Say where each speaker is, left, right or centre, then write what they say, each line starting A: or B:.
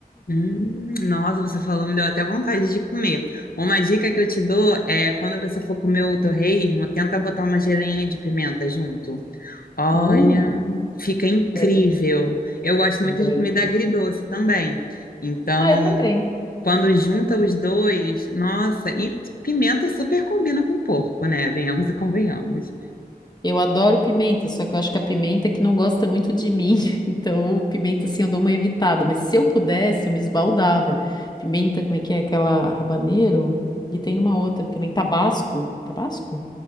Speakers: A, on the left; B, on the left.
A: Hum, nossa, você falou, me deu até vontade de comer. Uma dica que eu te dou é quando você for comer o torresmo, tenta botar uma geleinha de pimenta junto. Olha,
B: Hum,
A: fica incrível.
B: deve,
A: Eu gosto muito
B: deve.
A: de comida agridoce também. Então,
B: Ah, eu também.
A: quando junta os dois, nossa, e pimenta super combina com porco, né? Venhamos e convenhamos.
B: Eu adoro pimenta, só que eu acho que a pimenta é que não gosta muito de mim. <laughs> Então, pimenta, assim, eu dou uma evitada. Mas se eu pudesse, eu me esbaldava. Pimenta, como é que é? Aquela habanero? E tem uma outra também, tabasco. Tabasco?